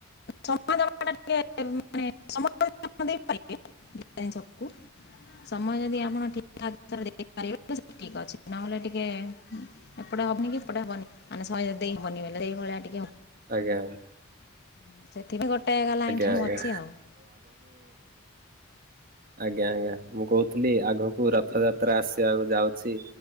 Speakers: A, on the left; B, on the right.
A: ସମୟ ଦବାଟା ଟିକେ ଏ ମାନେ ସମୟ କଣ ଦେଇପାରିବେ ଡିଫେନ୍ସ କୁ? ସମୟ ଯଦି ଆପଣ ଠିକ୍ ଠାକ <unintelligible> ଦେଇପାରିବେ ସେ ଠିକ୍ ଅଛି ନହେଲେ ଟିକେ ଉଁ, ଏ ଏପଟେ ହବନିକି ସେପଟେ ହବନି ମାନେ ସଏ ଦେଇ ହବନି ବେଲେ ସେଇଭଳିଆ ଟି
B: ଆଜ୍ଞା, ଆଜ୍ଞା।
A: ଉଁ, ସେଠି ବି ଗୋଟେ ଗଲା ଏଇଠି
B: ଆଜ୍ଞା
A: ମୁଁ
B: ଆଜ୍ଞା।
A: ଅଛି ଆଉ।
B: ଆଜ୍ଞା, ଆଜ୍ଞା ମୁଁ କହୁଥିଲି ଆଗକୁ ରଥଯାତ୍ରା ଆସିବାକୁ ଯାଉଛି।